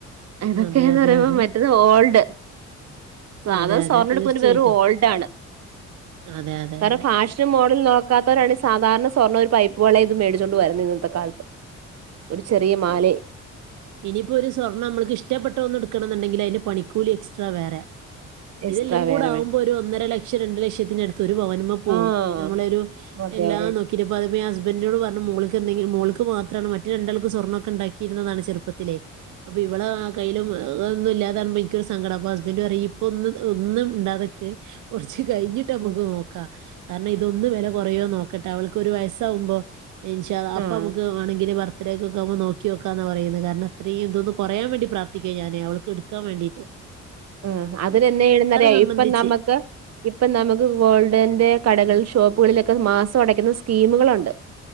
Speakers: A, on the right; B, on the right.
A: അതൊക്കേന്ന്
B: അതെ അതെ
A: പറയുമ്പോ
B: അതെ
A: മറ്റത് ഓൾഡ്. സാധാ
B: അതെ അതെ
A: സ്വർണ്ണം
B: തീർച്ചയായിട്ടും
A: എട്ക്കുന്നവര് ‌ വെറും ഓൾഡാണ്
B: അതെ അതെ
A: കാരണം
B: അതെ
A: ഫാഷനും മോഡലും നോ കാത്തവരാണ് സാധാരണ സ്വർണം ഒര് പൈപ്പ് വളേം ഇതും മേടിച്ചോണ്ട് വര്ന്നെ ഇന്നത്തെ കാലത്ത്. ഒര് ചെറിയ മാലേം
B: ഇനിയിപ്പോൊ ഒരു സ്വർണ്ണം നമ്മൾക്ക് ഇനിപ്പ ഒര് സ്വർണം നമ്മള്ക്ക് ഇഷ്ടപ്പെട്ട ഒന്ന് എട്‌ക്കണംന്ന്ണ്ടെങ്കില് അയ്ന് പണിക്കൂലി എക്സ്ട്രാ വേറെ
A: എക്സ്ട്രാ
B: ഇതെല്ലാം കൂടെ
A: വേറെ
B: ആവ്മ്പോ
A: വേണം
B: ഒര് ഒന്നര ലക്ഷം രണ്ടു ലക്ഷത്തിനടുത്ത് ഒര് പവന് മെ പോവും
A: ആഹ്
B: നമ്മളൊരു
A: <unintelligible>
B: ആഹ് നോക്കിട്ട്പറ ഹസ്ബൻന്റിനോട്‌ പറഞ്ഞു മോള് എന്തെങ്കിലും മോൾക്ക് മാത്രാണ് മ മറ്റെ രണ്ടാൾക്കും സ്വർണ്ണൊക്കെണ്ടാക്കിയിരുന്നതാണ് ചെറുത്തിലെ അപ്പൊ ഇവളെ ആഹ് കൈയിലും ഒന്നും ഇാല്ലാതെ കാണുമ്പോ ഇൻ ക്ക് ഒര് സങ്കടം ഹസ്ബന്റെ പറയും ഇപ്പ ഒന്ന് ഒന്നും മിണ്ടാതൊക്ക് കൊറച്ച് കഴിഞ്ട്ട് നമ്മക്ക്
A: ഉം
B: നോക്കാം. കാരണം ഇതൊന്ന് വെല കൊറയോ നോക്കട്ടെ അവൾക്ക് ഒര് വയസാവ്മ്പോ ഇൻ ഷാ അള്ളാ
A: ഉം
B: അപ്പ
A: ആഹ്
B: നമ്മക്ക് വാണെങ്കില് വർ അത്രക്കെമ്പോ നോക്കിയൊക്കാന്നാ പറയ്ന്നെ കാരണം അത്രയും ഇതൊന്ന് കൊറയാൻവേണ്ടി പ്രാർത്ഥിക്കാ ഞാന് അവൾക്കെടുത്ത് ക്കാൻ വാണ്ടീറ്റ്
A: ആഹ് അതിന്നെന്നാചെയ്യണെന്നറിയൊ
B: സംബന്ധിച്ച്.
A: ഇപ്പം നമ്മക്ക് ഇപ്പം നമക്ക് ഗോൾഡന്റെ കടകളിൽ ഷോപ്പുകളിലൊക്കെ മാസം അടയ്ക്കുന്ന സ്കീമ്കളൊണ്ട്